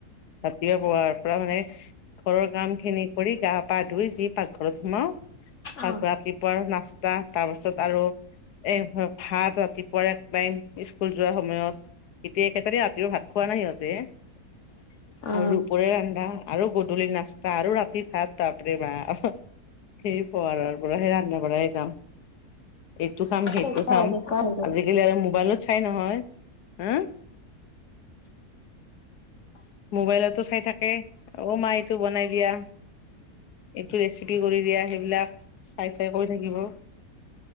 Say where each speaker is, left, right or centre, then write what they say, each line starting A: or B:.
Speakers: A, on the left; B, on the left.
A: ৰাতিপুৱাৰ পোৱাৰ পৰা মানে ঘৰৰ কাম খিনি কৰি গা পা ধুই যি পাকঘৰত সোমাও পাকঘৰাত
B: অ
A: ৰাতি পুৱাৰ নাস্তা তাৰ পাছত আৰু এ ভাত ৰাতিপুৱাই একটাইম স্কুল যোৱাৰ সময়ত এতিয়া একেটাৰিও ৰাতিৰো ভাত খোৱা নাই সিহঁতে।
B: অ
A: আৰু ৰূপৰে ৰান্ধা আৰু গধূলি নাস্তা আৰু ৰাতি ভাত বাবৰেবাব। সেই পোৱাৰৰ পৰা সেই ৰান্ধা বাঢ়াই কাম। এইটো খাম,
B: এতিয়া
A: সেইটো খাম,
B: এনেকুৱা হৈ গ'ল
A: আজিকালি আৰু মোবাইলত চাই নহয় হা মোবাইলতো চাই থাকে। অ', মাই, এইটো বনাই দিয়া। এইটো ৰেচিপি কৰি দিয়া, সেইবিলাক চাই-চাই কৰি থাকিব।